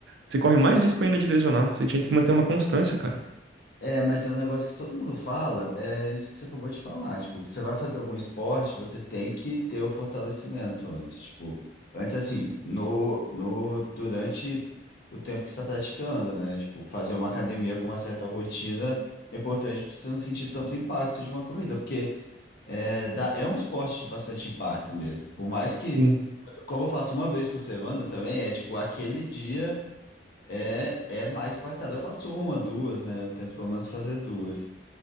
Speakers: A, on the right; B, on the left.
A: você corre mais risco ainda de lesionar. Você tinha que manter uma constância, cara.
B: É, mas é um negócio que todo mundo fala, é isso que você acabou de falar. Tipo, que você vai fazer algum esporte, você tem que ter o fortalecimento antes. Tipo, antes assim, no, no, durante o tempo que você está praticando, né? Tipo, fazer uma academia com uma certa rotina é importante para você não sentir tanto impacto de uma corrida, porque é, dá, é um esporte de bastante impacto mesmo. Por mais que,
A: Sim.
B: como eu faço uma vez por semana também, é tipo aquele dia. É, é mais impactado. Eu faço uma, duas, né? Eu tento pelo menos fazer duas.